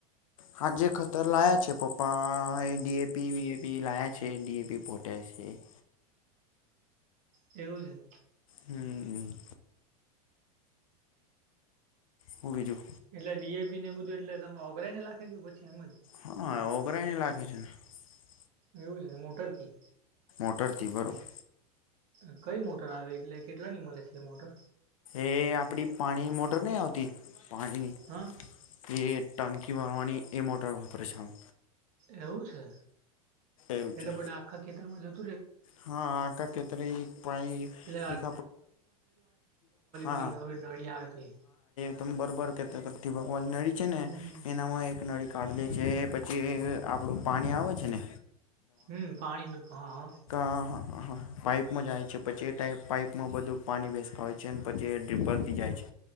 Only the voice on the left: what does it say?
હા જે ખતર લાયા છે પપ્પા એ ડી એ પી વી એ પી લાયા છે એ ડીએપી પોતે જ. <inaudible>
હમ્મ. હું બીજું
હા <inaudible>
મોટર કી, બરોબર.
એ આપડી પાણી મોટર નહીં આવતી પાણીની?
એ ટંકી ભરવાની એ મોટર વાપરે છે આમ.
એવું
છે
હા. આખા ખેતરે ઈ
<unintelligible>
<unintelligible> નળી છે
ને એનામાં એક નળી કાઢ દે જે પછી આપણું પાણી આવે છે ને
હા, હા, હા. પાઈપમાં જાય છે પછી એ ટાઈપ પાઈપમાં બધું પાણી બેસતા હોય છે અને એ પછી એ ડ્રીપરથી જાય છે.